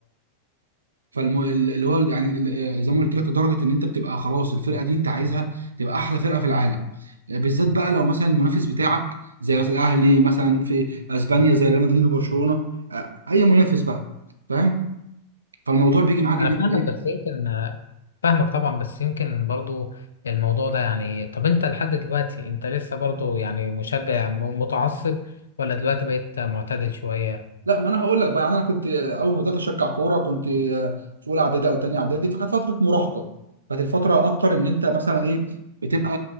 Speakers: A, on the right; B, on the left.
A: فالم... اللي هو يعني ال- آه، زي ما قلت لك لدرجه ان انت بتبقى خلاص الفرقه دي انت عايزها تبقى احلى فرقه في العالم بالذات بقى لو مثلا المنافس بتاعك زي مثلا الاهلي مثلا في اسبانيا زي ريال مدريد وبرشلونه آه، اي منافس بقى فاهم فالموضوع بيجي معاك
B: انا
A: ان انت
B: فاهمك بس يمكن فاهمك طبعا بس يمكن برضو الموضوع ده يعني طب انت لحد دلوقتي انت لسه برضو يعني مشجع يعني م- متعصب ولا دلوقتي بقيت معتدل شوية
A: لا ما انا هقول لك بقى يعني انا كنت اول ما بدات اشجع كوره كنت في اولى اعدادي او تانية اعدادي فكانت فتره مراهقه كانت الفتره اكتر ان انت مثلا ايه بتبقى